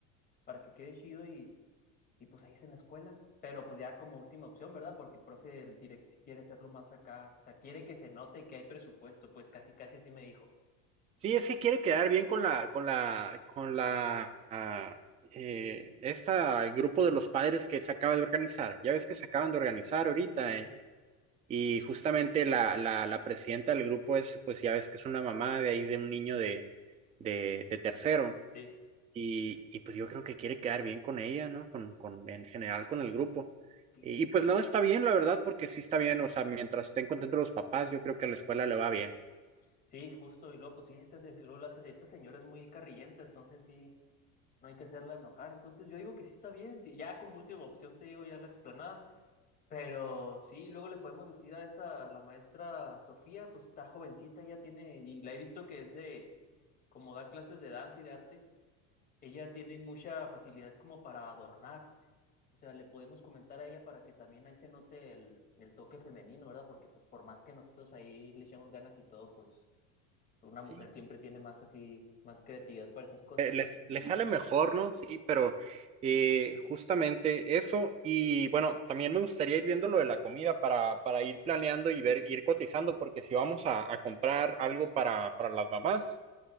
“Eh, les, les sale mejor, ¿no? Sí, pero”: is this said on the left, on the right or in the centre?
Right